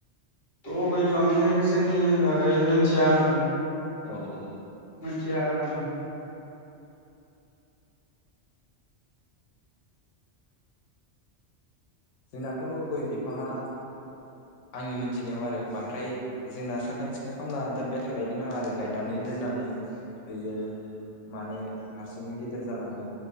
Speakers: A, on the left; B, on the left.
A: गय बिफांनि बेसेननि बागै मिथिया आङो।
B: औ औ।
A: मिथिआ आरो आं।
B: जोंनाथ' गय बिफाङा आंनि मोनथिनायाव आरो बांद्राय जोंना साखोन सिखोन खालामना दोनबाय थालायनो नाङा आरो गायनानै दोननानै बेयो। माने हारसिंनो गेदेर जालाङो।